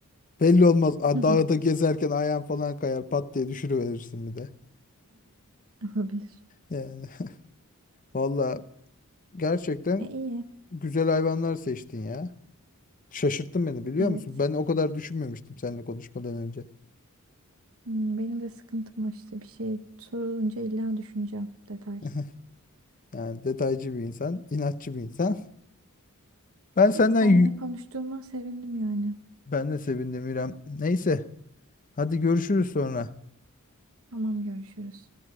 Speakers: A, on the left; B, on the right.
A: Belli olmaz. A,
B: <laughs>
A: dağda gezerken ayağın falan kayar pat diye düşürüverirsin bir de.
B: Olabilir.
A: Yani <laughs> vallahi gerçekten
B: E, iyi.
A: güzel hayvanlar seçtin ya. Şaşırttın beni biliyor
B: Evet.
A: musun? Ben o kadar düşünmemiştim seninle konuşmadan önce.
B: Hmm, benim de sıkıntım o işte bir şey sorulunca illa düşüneceğim detay.
A: <laughs> Yani detaycı bir insan, inatçı bir insan. Ben senden
B: İyi seninle
A: yü-
B: konuştuğuma sevindim yani.
A: ben de sevindim İrem. Neyse, hadi görüşürüz sonra.
B: Tamam görüşürüz.